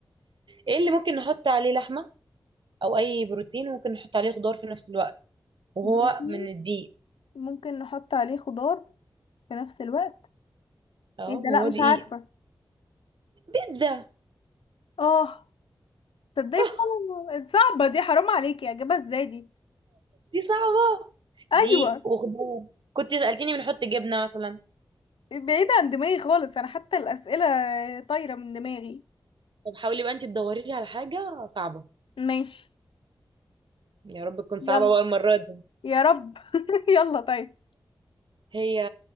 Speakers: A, on the right (about 65°); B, on the left (about 90°).
A: ايه اللي ممكن نحط عليه لحمة او اي بروتين وممكن نحط عليه خضار في نفس الوقت وهو
B: بروتين
A: من الدقيق
B: ممكن نحط عليه خضار في نفس الوقت
A: اه
B: ايه ده
A: هو
B: لا مش
A: دي
B: عارفة
A: ايه بيتزا
B: اه تصدقي
A: آه،
B: فعلا صعبة دي حرام عليكي اجيبها ازاي دي
A: دي صعبة
B: ايوه
A: دي وخضار كنت سألتني بنحط جبنة مثلا
B: بعيدة عن دماغي خالص انا حتى الاسئلة طايرة من دماغي
A: طب حاولي بقى انت تدوري لي على حاجة صعبة
B: ماشي
A: يا رب تكون
B: يلا
A: صعبة بقى المرة دي
B: يا رب <laughs> يلا طيب
A: هي